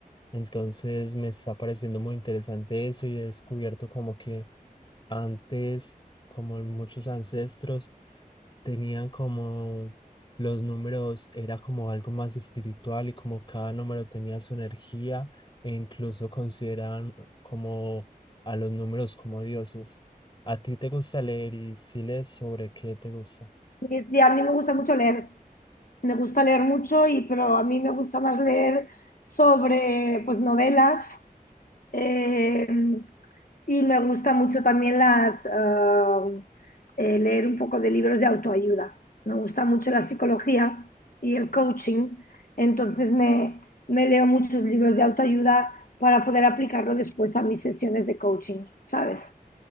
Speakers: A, on the left; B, on the left.
A: Entonces me está pareciendo muy interesante eso y he descubierto como que antes, como muchos ancestros, tenían como los números, era como algo más espiritual y como cada número tenía su energía e incluso consideraban como a los números como dioses. ¿A ti te gusta leer y si lees sobre qué te gusta?
B: Y y a mí me gusta mucho leer, me gusta leer mucho, y, pero a mí me gusta más leer sobre, pues, novelas Eh, y me gusta mucho también las, ah, eh, leer un poco de libros de autoayuda. Me gusta mucho la psicología y el coaching, entonces me, me leo muchos libros de autoayuda para poder aplicarlo después a mis sesiones de coaching, ¿sabes?